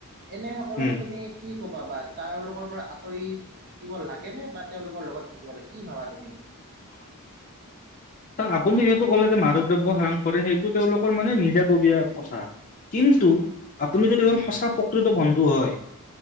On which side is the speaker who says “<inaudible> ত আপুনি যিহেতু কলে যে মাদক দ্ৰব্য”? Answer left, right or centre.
Left